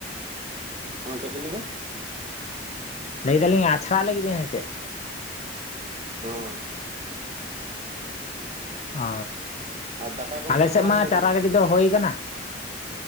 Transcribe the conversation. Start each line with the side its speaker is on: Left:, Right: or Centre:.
Right: ᱦᱸᱮ ᱪᱮᱫ ᱵᱤᱱ ᱞᱟᱹᱭᱮᱫᱟ
Left: ᱞᱟᱹᱭᱮᱫᱟᱞᱤᱧ ᱟᱪᱷᱟᱲᱟ ᱞᱮ ᱞᱟᱹᱜᱤᱫ ᱵᱮᱤᱱ ᱦᱮ ᱪᱮ?
Right: ᱦ
Left: ᱚ
Right: ᱟᱨ ᱫᱟᱠᱟ ᱠᱚᱫᱚ
Left: ᱟᱞᱮ
Right: ᱡᱚᱢ
Left: ᱥᱮᱫ
Right: ᱵᱟᱲᱟ
Left: ᱢᱟ
Right: ᱦᱩᱭᱱᱟ ᱥᱮ
Left: ᱪᱟᱨᱟ
Right: ᱵᱟᱝ?
Left: ᱜᱟᱹᱰᱤ ᱫᱚ ᱦᱳᱹᱣ ᱠᱟᱱᱟ